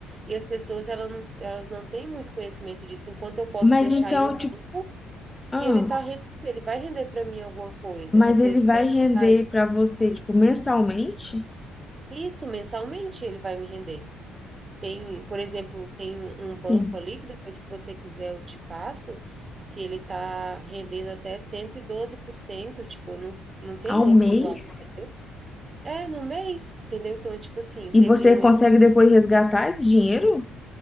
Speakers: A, on the right; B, on the left.
A: E as pessoas elas não, elas não têm muito conhecimento disso, enquanto eu posso
B: Mas
A: deixar
B: então,
A: em um
B: tipo,
A: banco
B: ah,
A: que ele tá rendendo, ele vai render para mim alguma coisa,
B: mas
A: às
B: ele
A: vezes
B: vai
A: dez
B: render
A: reais,
B: pra você,
A: mas
B: tipo, mensalmente?
A: isso mensalmente ele vai me render. Tem, por exemplo, tem um um banco
B: Sim.
A: ali que depois, se você quiser, eu te passo, que ele tá rendendo até 112% tipo, não, não tem
B: Ao
A: outro
B: mês?
A: igual, entendeu? É, no mês, entendeu? Então, tipo assim, teve
B: E você
A: um
B: consegue
A: esse
B: depois resgatar esse dinheiro?